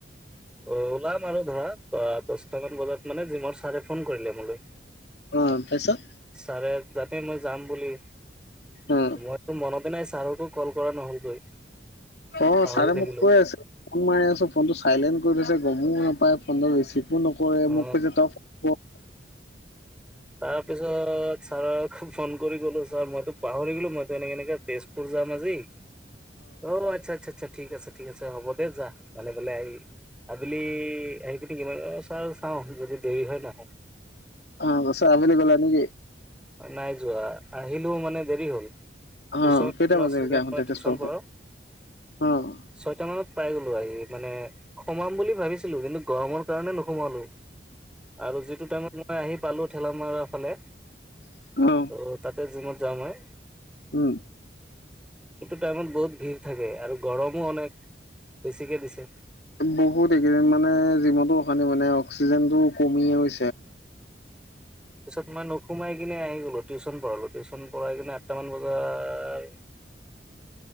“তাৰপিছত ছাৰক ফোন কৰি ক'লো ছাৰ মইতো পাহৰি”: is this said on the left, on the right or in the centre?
Centre